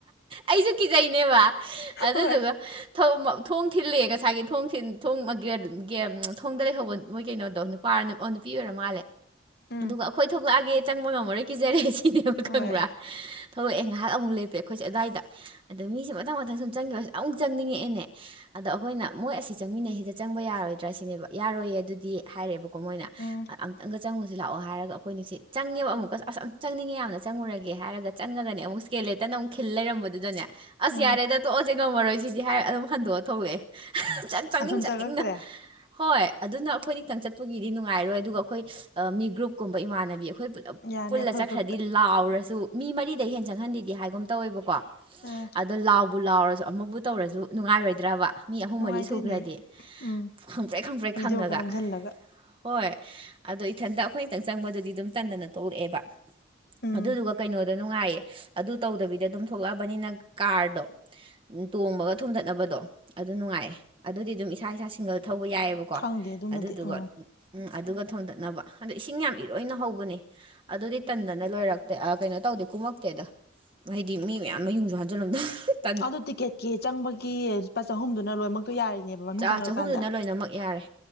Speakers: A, on the right; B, on the left.
A: ꯑꯩꯖꯨ ꯀꯤꯖꯩꯅꯦꯕ ꯑꯗꯨꯗꯨꯒ
B: ꯍꯣꯏ
A: ꯊ‌ꯣꯝ ꯊꯣꯡ ꯊꯤꯜꯂꯛꯑꯦ ꯉꯁꯥꯏꯒꯤ ꯊ‌ꯣꯡ ꯊꯤꯟ ꯊ‌ꯣꯡ ꯒꯌ ꯒ‌ꯦꯝ ꯊꯣꯡꯗ ꯂꯩꯍꯧꯕ ꯃꯣꯏ ꯀꯩꯅꯣꯗꯣ ꯅꯨꯄꯥꯔ ꯑꯣ ꯅꯨꯄꯤ ꯑꯣꯏꯔ ꯃꯥꯜꯂꯦ
B: ꯎꯝ
A: ꯑꯗꯨꯒ ꯑꯩꯈꯣꯏ ꯊꯣꯛꯂꯛꯑꯒꯦ ꯆꯪꯕ ꯉꯝꯃꯔꯣꯏ ꯀꯤꯖꯔꯦ ꯁꯤꯅꯦꯕ ꯈꯪꯕ꯭ꯔꯥ
B: ꯍꯣꯏ
A: ꯊ‌ꯣꯛꯂꯛꯑꯦ ꯉꯥꯍꯥꯛ ꯑꯃꯨꯛ ꯂ‌ꯦꯞꯄꯦ ꯑꯩꯈꯣꯏꯁꯦ ꯑꯗ꯭ꯋꯥꯏꯗ ꯑꯗꯣ ꯃꯤꯁꯦ ꯃꯊꯪ ꯃꯊꯪ ꯁꯨꯝ ꯆꯪꯈꯤꯕꯁ ꯑꯃꯨꯛ ꯆꯪꯅꯤꯡꯉꯛꯑꯦꯅꯦ ꯑꯗꯣ ꯑꯩꯈꯣꯏꯅ ꯃꯣꯏ ꯑꯁꯤ ꯆꯪꯃꯤꯟꯅꯩꯁꯤꯗ ꯆꯪꯕ ꯌꯥꯔꯣꯏꯗ꯭ꯔꯥ ꯁꯤꯅꯦꯕ ꯌꯥꯔꯣꯏꯌꯦ ꯑꯗꯨꯗꯤ ꯍꯥꯏꯔꯦꯑꯦꯕꯀꯣ ꯃꯣꯏꯅ
B: ꯎꯝ
A: ꯑꯨꯛꯇꯪꯒ ꯆꯪꯉꯨꯁꯤ ꯂꯥꯛꯑꯣ ꯍꯥꯏꯔꯒ ꯑꯩꯈꯣꯏꯅꯤꯁꯤꯦꯡ ꯆꯪꯉꯦꯕ ꯑꯃꯨꯛꯀ ꯑꯁ ꯑꯝ ꯆꯪꯅꯤꯡꯉꯦ ꯌꯥꯝꯅ ꯆꯪꯉꯨꯔꯒꯦ ꯍꯥꯏꯔꯒ ꯆꯪꯉꯒꯅꯦ ꯑꯃꯨꯛ ꯏꯁ꯭ꯀꯦꯜꯂ‌ꯦꯇꯜ ꯑꯃꯨꯛ ꯈꯤꯜ ꯂꯩꯔꯝꯕꯗꯨꯗꯅꯦ ꯑꯁ
B: ꯎꯝ
A: ꯌꯥꯔꯦꯗ ꯇꯣꯛꯑꯁꯦ ꯉꯝꯃꯔꯣꯏ ꯁꯤꯗꯤ ꯍꯥꯏꯔ ꯑꯗꯨꯝ ꯍꯟꯗꯣꯛꯑ ꯊꯣꯛꯂꯛꯑꯦ ꯆꯪ ꯆꯪꯅꯤꯡ
B: ꯑꯗꯨꯝ
A: ꯆꯠ
B: ꯆꯪꯉꯛꯇ꯭ꯔꯦ
A: ꯍꯣꯏ ꯑꯗꯨꯅ ꯑꯩꯈꯣꯏꯅꯤ ꯈꯛꯇꯪ ꯆꯠꯄꯒꯤꯗꯤ ꯅꯨꯡꯉꯥꯏꯔꯣꯏ ꯑꯗꯨꯒ ꯑꯩꯈꯣꯏ ꯃꯤ ꯒ꯭ꯔꯨꯞꯀꯨꯝꯕ ꯏꯃꯥꯟꯅꯕꯤ ꯑꯩꯈꯣꯏ ꯄꯨꯜ
B: ꯌꯥꯅꯤ
A: ꯄꯨꯜꯂ
B: ꯑꯩꯈꯣꯏ
A: ꯆꯠꯈ꯭ꯔꯗꯤ
B: ꯒ꯭ꯔꯨꯞꯇ
A: ꯂꯥꯎꯔꯁꯨ ꯃꯤ ꯃꯔꯤꯗꯩ ꯍꯦꯟ ꯆꯪꯍꯟꯗꯦꯗꯤ ꯍꯥꯏꯒꯨꯝ ꯇꯧꯋꯦꯕꯀꯣ
B: ꯑꯥ
A: ꯑꯗꯣ ꯂꯥꯎꯕꯨ ꯂꯥꯎꯔꯁꯨ ꯑꯃꯕꯨ ꯇꯧꯔꯁꯨ ꯅꯨꯡꯉꯥꯏꯔꯣꯏꯗ꯭ꯔꯕ ꯃꯤ ꯑꯍꯨꯝ
B: ꯅꯨꯡꯉꯥꯏꯗꯣꯏꯅꯦ
A: ꯃꯔꯤ ꯁꯨꯈ꯭ꯔꯗꯤ
B: ꯎꯝ
A: ꯈꯪꯄ꯭ꯔ‌ꯦꯛ ꯈꯪꯄ꯭ꯔ‌ꯦꯛ
B: ꯚꯤꯗꯤꯑꯣ
A: ꯈꯪꯉꯒ
B: ꯈꯔ ꯅꯝꯁꯤꯜꯂꯒ
A: ꯍꯣꯏ ꯑꯗꯣ ꯏꯊꯟꯇ ꯑꯩꯈꯣꯏ ꯅꯤꯇꯪ ꯆꯪꯕꯗꯨꯗꯤ ꯑꯗꯨꯝ ꯇꯟꯗꯅ ꯇ‌ꯣꯛꯂꯛꯑꯦꯕ
B: ꯎꯝ
A: ꯑꯗꯨꯗꯨꯒ ꯀꯩꯅꯣꯗ ꯅꯨꯡꯉꯥꯏꯌꯦ ꯑꯗꯨ ꯇꯧꯗꯕꯤꯗ ꯑꯗꯨꯝ ꯊꯣꯛꯂꯛꯑꯕꯅꯤꯅ ꯀꯥꯔꯗꯣ ꯇꯣꯡꯕꯒ ꯊꯣꯝꯗꯠꯅꯕꯗꯣ ꯑꯗꯨ ꯅꯨꯡꯉꯥꯏꯌꯦ ꯑꯗꯨꯗꯤ ꯑꯗꯨꯝ ꯏꯁꯥ ꯏꯁꯥ ꯁꯤꯡꯒꯜ ꯊꯧꯕ ꯌꯥꯏꯕꯀꯣ
B: ꯈꯪꯗꯦ
A: ꯀꯣ
B: ꯑꯗꯨꯃꯗꯤ
A: ꯑꯗꯨꯗꯨꯒ
B: ꯎꯝ
A: ꯎꯝ ꯑꯗꯨꯒ ꯊꯣꯟꯗꯠꯅꯕ ꯑꯗꯣ ꯏꯁꯤꯡ ꯌꯥꯝ ꯏꯔꯣꯏꯅ ꯍꯧꯕꯅꯦ ꯑꯗꯨꯗꯤ ꯇꯟꯗꯅ ꯂꯣꯏꯔꯛꯇꯦ ꯑꯥ ꯀꯩꯅꯣ ꯇꯧꯗꯦ ꯀꯨꯝꯃꯛꯇꯦꯗ ꯍꯥꯏꯗꯤ ꯃꯤ ꯃꯌꯥꯝ ꯃꯌꯨꯡꯁꯨ ꯍꯥꯟꯖꯤꯜꯂꯝꯗ <inaudible>
B: ꯑꯗꯨ ꯇꯤꯛꯀꯦꯠꯀꯤ ꯆꯪꯕꯒꯤ ꯂꯨꯄꯥ ꯆꯍꯨꯝꯗꯨꯅ ꯂꯣꯏꯅꯃꯛ ꯄ ꯌꯥꯔꯤꯅꯦꯕ ꯃꯅꯨꯡ
A: ꯆꯥ
B: ꯆꯪꯈ꯭ꯔꯀꯥꯟꯗ
A: ꯆꯍꯨꯝꯗꯨꯅ ꯂꯣꯏꯅꯃꯛ ꯌꯥꯔꯦ